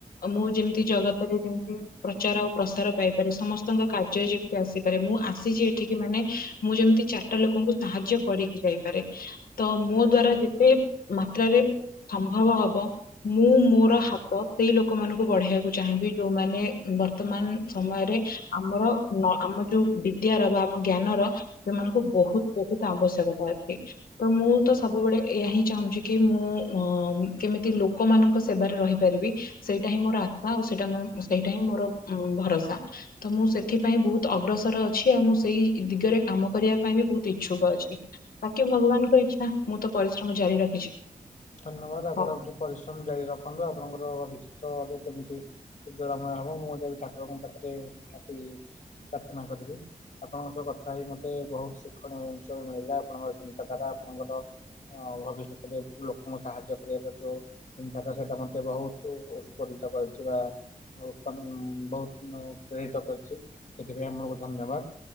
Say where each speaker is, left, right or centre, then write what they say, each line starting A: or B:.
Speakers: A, on the left; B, on the left.
A: ଆ ମୁଁ ଯେମିତି ଜଗତରେ ଯେମିତି ପ୍ରଚାର ଆଉ ପ୍ରସାର ପାଇପାରେ ସମସ୍ତଙ୍କ କାର୍ଯ୍ୟ ଯେମିତି ଆସିପାରେ। ମୁଁ ଆସିଛି ଏଠିକି ମାନେ ମୁଁ ଯେମିତି ଚାରିଟା ଲୋକଙ୍କୁ ସାହାଯ୍ୟ କରିକି ଯାଇପାରେ। ତ ମୋ ଦ୍ଵାରା ଯେତେ ମାତ୍ରାରେ ସମ୍ଭବ ହବ ମୁଁ ମୋର ହାତ ସେଇ ଲୋକମାନଙ୍କୁ ବଢେଇବାକୁ ଚାହିଁବି ଯୋଉମାନେ ବର୍ତ୍ତମାନ ସମୟରେ ଆମର ଆମ ଯୋଉ ବିଦ୍ୟାର ବା ଆମ ଜ୍ଞାନର ସେମାନଙ୍କୁ ବହୁତ ବହୁତ ଆବଶ୍ୟକତା ଅଛି। ତ ମୁଁ ତ ସବୁବେଳେ ଏହା ହିଁ ଚାହୁଁଛି କି ମୁଁ ଅ କେମିତି ଲୋକମାନଙ୍କ ସେବାରେ ରହିପାରିବି। ସେଇଟା ହିଁ ମୋର ଆଶା ଆଉ ସେଇଟା ସେଇଟା ହିଁ ମୋର ଭରସା। ତ ମୁଁ ସେଥିପାଇଁ ବହୁତ ଅଗ୍ରସର ଅଛି ଆଉ ମୁଁ ସେଇ ଦିଗରେ କାମ କରିବା ପାଇଁ ବି ବହୁତ ଇଛୁକ ଅଛି। ବାକି ଭଗବାନଙ୍କ ଇଚ୍ଛା ମୁଁ ତ ପରିଶ୍ରମ ଜାରି ରଖିଛି।
B: ଧନ୍ୟବାଦ ଆପଣ
A: ହଉ
B: ଏବେ ପରିଶ୍ରମ ଜାରି ରଖନ୍ତୁ। ଆପଣଙ୍କର ଭବିଷ୍ୟତରେ କେମିତି ଉଜ୍ଜଳମୟ ହବ ମୁଁ ବି ଠାକୁରଙ୍କ ପାଖରେ ନିହାତି ପ୍ରାର୍ଥନା କରିବି। ଆପଣଙ୍କ ସହ କଥା ହେଇ ମୋତେ ବହୁତ ଶିକ୍ଷଣୀୟ ଜିନିଷ ମିଳିଲା। ଆପଣଙ୍କର ଚିନ୍ତାଧାରା ଆପଣଙ୍କର ହଁ ଭବିଷ୍ୟତରେ ଲୋକଙ୍କୁ ସାହାଯ୍ୟ କରିବାଟା ଯୋ ଚିନ୍ତାଟା ସେଇଟା ମୋତେ ବହୁତ ଉତ୍ପରିତ କରିଛି। ବା ଆଉ କ ବହୁତ ପ୍ରେରିତ କରିଛି ସେଥିପାଇଁ ଆମକୁ ଧନ୍ୟବାଦ।